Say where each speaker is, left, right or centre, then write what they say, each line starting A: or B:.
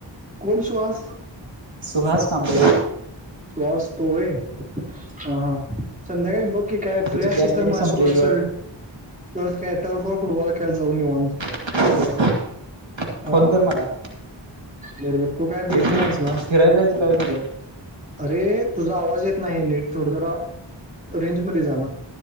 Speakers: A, on the right (about 15°); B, on the right (about 75°).
A: कोण सुहास?
B: सुहास कांबळे.
A: सुहास तोवे हा हा संध्याकाळी बघ की काय
B: त्याची
A: फ्री असतील
B: गॅस
A: तर
B: टाकी
A: माझ्या
B: संपलेली
A: सोबत चल. तर्फ तर्फ किंवा फुटबॉल खेळ जाऊन निवांत
B: वाटतं
A: ह
B: फोन कर मला
A: बरोबर तू काय
B: फिरायला
A: बिझी नाहीस ना
B: जायचं काय झालं
A: अरे तुझा आवाज येत नाही आहे नीट थोड जरा रेंजमध्येध्ये जा ना